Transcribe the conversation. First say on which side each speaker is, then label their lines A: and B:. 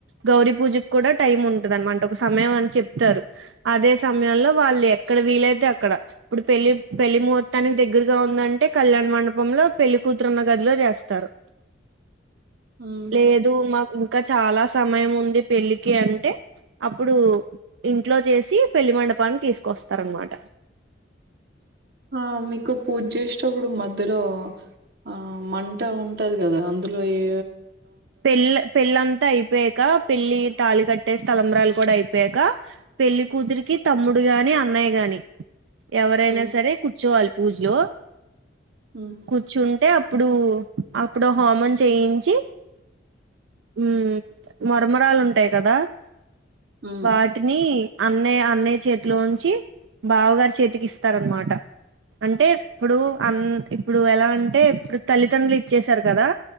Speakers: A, on the right (about 80°); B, on the right (about 55°).
A: గౌరీ పూజ కూడా టైమ్ ఉంటందినమాట ఒక సమయం అని చెప్తారు అదే సమయంలో వాళ్ళు ఎక్కడ వీలైతే అక్కడ ఇప్పుడు పెళ్లి పెళ్లి ముహూర్తానికి దగ్గరగా ఉందంటే కళ్యాణ్ మండపంలో పెళ్లి కూతురున్న గదిలో వస్తారు
B: <inaudible> ఉహు
A: లేదు మాకు ఇంకా చాలా సమయం ఉంది పెళ్ళికి అంటే అప్పుడు ఇంట్లో చేసి పెళ్లి మండపాన్ని తీసుకొస్తార అనమాట
B: <unintelligible> ఆ మీకు పూజ చేసేటప్పుడు మధ్యలో ఆ మంట ఉంటది కదా అందులో ఏ
A: పెళ్లి పెళ్లంతా అయిపోయాక పెళ్ళలి తాళి కట్టే స్లంబరాలు కూడా అయిపోయాక పెళ్లి కూతురికి తమ్ముడు గాని అన్నయ్య గాని ఎవరైనా
B: ఉమ్
A: సరే కూర్చోవాలి పూజలో
B: ఉమ్
A: కూర్చుంటేప్పు ఇప్పుడు అప్పుడు హోమం చేయించి ఉ మరమరాలు ఉంటాయి కదా
B: ఉమ్
A: వాటిని అన్నయ్య అన్నయ్య చేతిలోంచి బావగారు చేతికి ఇస్తారనమాట అంటే ఇప్పుడు అన్ ఇప్పుడు ఎలా అంటే ఇప్పుడు తల్లిదండ్రులు ఇచ్చసారు కదా